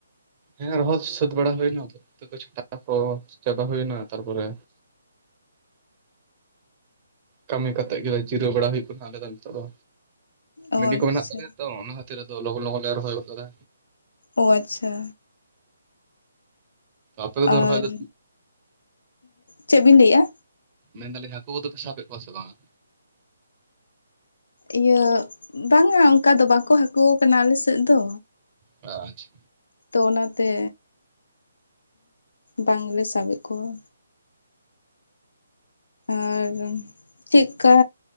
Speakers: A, on the right; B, on the left.
A: ᱦᱮᱸ ᱨᱚᱦᱚᱭ ᱥᱟᱹᱛ ᱵᱟᱲᱟ ᱦᱩᱭᱱᱟ, ᱱᱤᱛᱩᱜ ᱫᱚ ᱪᱷᱟᱴᱟᱣ ᱠᱚ ᱪᱟᱵᱟ ᱦᱩᱭᱱᱟ ᱛᱟᱨᱯᱚᱨᱮ ᱠᱟᱹᱢᱤ ᱠᱟᱛᱮ ᱜᱮᱞᱮ ᱡᱤᱨᱟᱹᱣ ᱵᱟᱲᱟ ᱦᱩᱭᱩᱜ ᱠᱟᱱᱟ ᱟᱞᱮ ᱫᱚ ᱱᱤᱛᱚᱜ ᱫᱚ,
B: ᱚ
A: ᱢᱟᱹᱰᱤ
B: ᱟᱪᱪᱷᱟ
A: ᱠᱚ ᱢᱮᱱᱟᱜ ᱛᱟᱞᱮᱭᱟ᱾ ᱛᱚ ᱚᱱᱟ ᱠᱷᱟᱹᱛᱤᱨ ᱟᱫᱚ ᱞᱚᱜᱚᱱ ᱞᱚᱜᱚᱱ ᱞᱮ ᱨᱚᱦᱚᱭ ᱜᱚᱫ ᱠᱟᱫᱟ᱾
B: ᱚ ᱟᱪᱪᱷᱟ᱾
A: ᱟᱯᱮ ᱠᱚᱫᱚ
B: ᱟᱨ
A: ᱨᱚᱦᱚᱭ ᱫᱚ
B: ᱪᱮᱫ ᱵᱤᱱ ᱞᱟᱹᱭᱮᱜᱼᱟ?
A: ᱢᱮᱱ ᱫᱟᱞᱤᱧ ᱦᱟᱹᱠᱳ ᱠᱚ ᱫᱚ ᱯᱮ ᱥᱟᱵᱮᱜ ᱠᱚᱣᱟ ᱥᱮ ᱵᱟᱝᱼᱟ?
B: ᱤᱭᱟᱹ ᱵᱟᱝᱟ ᱚᱝᱠᱟ ᱫᱚ ᱵᱟᱠᱚ ᱦᱟᱹᱠᱳᱣ ᱠᱟᱱᱟ ᱟᱞᱮ ᱥᱮᱫ ᱫᱚ᱾
A: ᱟᱪᱪᱷᱟ᱾
B: ᱛᱚ ᱚᱱᱟᱛᱮ ᱵᱟᱝ ᱞᱮ ᱥᱟᱵᱮᱜ ᱠᱚᱣᱟ᱾ ᱟᱨ ᱪᱮᱫ ᱠᱟ